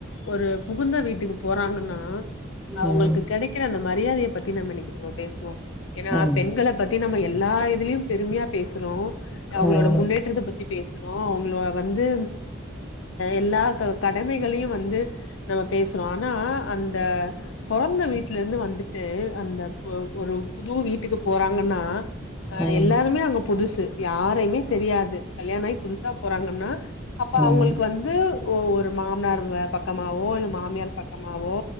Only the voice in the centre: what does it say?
ம்
ம்
ம்
ம்
ம்